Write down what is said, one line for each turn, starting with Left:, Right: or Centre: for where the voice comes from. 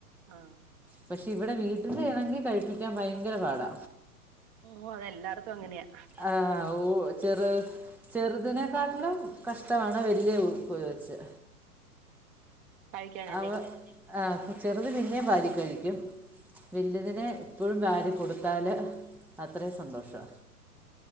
Right: ആഹ്
Centre: പക്ഷെ ഇവിടെ വീട്ടിലാണെങ്കി കഴിപ്പി പിക്ക്യാൻ ഭയങ്കര പാടാ.
Right: ഉം അതെല്ലാട്ത്തും അങ്ങനെയാ.
Centre: ആഹ് ഓ. ചെറ് ചെറ്തിനെക്കാട്ടിലും കഷ്ടമാണ് വല്യ പോ വെച്ച്.
Right: കഴിക്കാനല്ലേ
Centre: ആഹ് ആ ചെറുത് പിന്നേ വാരി കഴിക്കും. വല്ല്യതിനെ ഇപ്പോഴും വാരി കൊടുത്താല് അത്രയും സന്തോഷം.